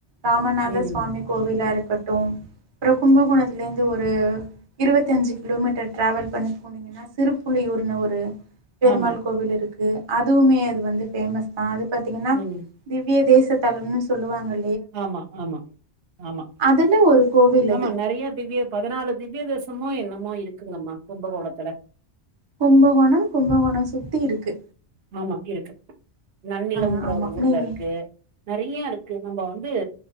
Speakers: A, on the right; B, on the right.
A: ராமநாத
B: ம்
A: சுவாமி கோவிலா இருக்கு கட்டும் அப்றம் கும்பகோணத்தில இருந்து ஒரு இருவத்தஞ்சி கிலோமீட்டர் ட்ராவல் பண்ணி போனிங்கன்னா சிருப்புள்ளியூர்னு ஒரு பெருமாள்
B: ஆமா
A: கோவில் இருக்கு அதுவுமே அது வந்து பேமஸ் தான் அது பாத்தீங்கன்னா
B: ம்
A: திவ்ய தேஸ் தல்லுன்னு சொல்லுவாங்கள
B: ஆமா ஆமா ஆமா
A: அதுல ஒரு கோவில்
B: ஆமா
A: அது
B: நெறைய திவ்ய பதினாலு திவ்யதேசமும் என்ன என்னமொ இருக்குங்கம்மா கும்பகோணத்துல
A: கும்பகோணம் கும்பகோணம் சுத்தி இருக்கு
B: ஆமா இருக்கு நன்னிலம்ன்ற
A: ஆ ஆமா
B: ஒரு ஊர்ல
A: நீங்க
B: இருக்கு ந நெறையா இருக்கு நம்ம வந்து